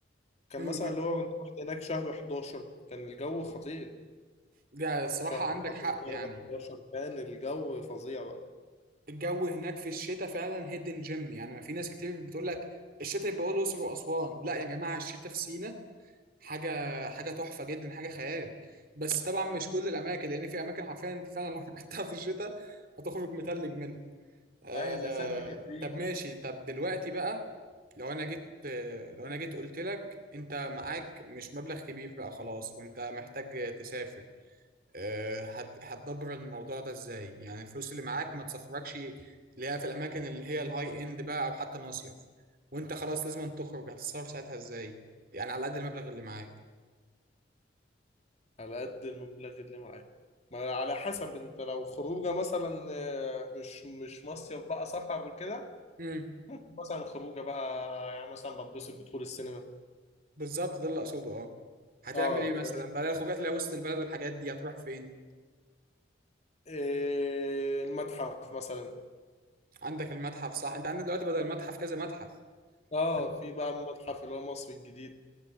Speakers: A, on the left; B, on the right.
A: كان
B: امم
A: مثلا اللي هو كنت رحت هناك شهر 11 كان الجو خطير
B: ده الصراحه
A: شهر
B: عندك
A: 10
B: حق يعني
A: شهر 11 كان الجو فظيع بقى
B: الجو هناك في الشتاء فعلا هيدن جيم يعني ما في ناس كتير بتقول لك الشتاء يبقى هو الاقصر واسوان لا يا جماعه الشتاء في سينا حاجه حاجه تحفه جدا حاجه خيال بس طبعا مش كل الاماكن لان في اماكن حرفيا انت فعلا لو <laughs> رحتها في الشتاء هتخرج متلج منها آه،
A: أي زي سانت كاترين
B: طب ماشي طب دلوقتي بقى لو انا جيت آه، لو انا جيت قلت لك انت معاك مش مبلغ كبير بقى خلاص وانت محتاج تسافر آه، هت- هتدبر الموضوع ده ازاي يعني الفلوس اللي معاك ما تسافركش اللي هي في الاماكن اللي هي الهاي اند بقى او حتى مصيف وانت خلاص لازم تخرج هتتصرف ساعتها ازاي يعني على قد المبلغ اللي معاك
A: على قد المبلغ اللي معايا ما على حسب انت لو خروجه مثلا آه، مش مش مصيف بقى سفر كده
B: امم
A: ممكن مثلا خروجه بقى يعني مثلا بتبسط بدخول السينما
B: بالظبط ده اللي اقصده اه هتعمل
A: اه
B: ايه مثلا
A: فاهم،
B: بقى الخروجات اللي هي وسط البلد والحاجات دي هتروح فين
A: إيه، المتحف مثلا
B: عندك المتحف صح انت عندك دلوقتي بدل المتحف كذا متحف
A: اه
B: عند
A: في بقى المتحف اللي هو مصر الجديد